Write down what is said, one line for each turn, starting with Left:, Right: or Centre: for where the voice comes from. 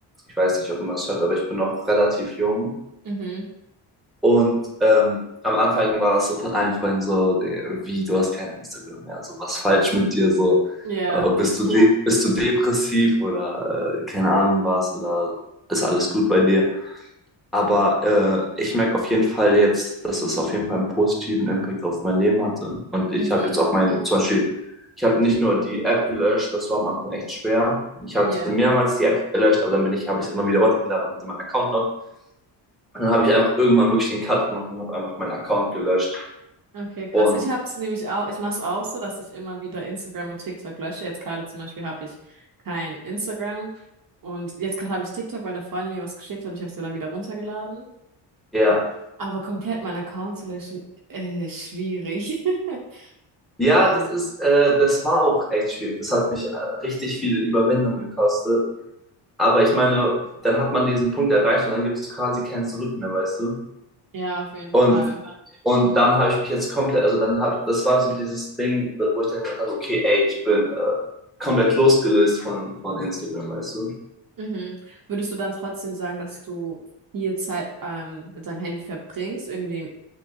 Centre: ich weiß nicht, ob man das hört, aber ich bin noch relativ jung.
Right: Mhm.
Centre: Und ähm, am Anfang war das so von allen Freunden so, der- wie, du hast kein Instagram mehr, so was falsch mit dir, so
Right: Ja.
Centre: äh, bist du, de Ja. bist du depressiv oder äh, keine Ahnung was oder ist alles gut bei dir? Aber äh, ich merke auf jeden Fall jetzt, dass es auf jeden Fall einen positiven Impact auf mein Leben hatte. Und ich
Right: Mhm.
Centre: habe jetzt auch mein, zum Beispiel, ich habe nicht nur die App gelöscht, das war am Anfang echt schwer. Ich hatte
Right: Ja.
Centre: mehrmals die App gelöscht, aber dann bin ich, habe ich es immer wieder runtergeladen und hatte meinen Account noch. Und dann habe ich einfach irgendwann wirklich den Cut gemacht und habe einfach meinen Account gelöscht.
Right: Okay, krass.
Centre: Und
Right: Ich hab's nämlich auch, ich mach's auch so, dass ich immer wieder Instagram und TikTok lösche. Jetzt gerade zum Beispiel habe ich kein Instagram und jetzt gerade habe ich TikTok, weil eine Freundin mir was geschickt hat und ich habe es mir dann wieder runtergeladen.
Centre: ja,
Right: Aber komplett meinen Account zu löschen, äh, schwierig. <laughs>
Centre: ja, das ist, äh, das war auch echt schwierig. Das hat mich äh, richtig viel Überwindung gekostet. Aber ich meine, dann hat man diesen Punkt erreicht und dann gibt es quasi kein Zurück mehr, weißt du?
Right: Ja, auf jeden
Centre: Und
Right: Fall.
Centre: Und dann habe ich mich jetzt komplett, also dann habe, das war so dieses Ding, wo ich dann gedacht habe, okay, ey, ich bin äh, komplett losgelöst von, von Instagram, weißt du.
Right: Mhm. Würdest du dann trotzdem sagen, dass du viel Zeit ähm, mit deinem Handy verbringst, irgendwie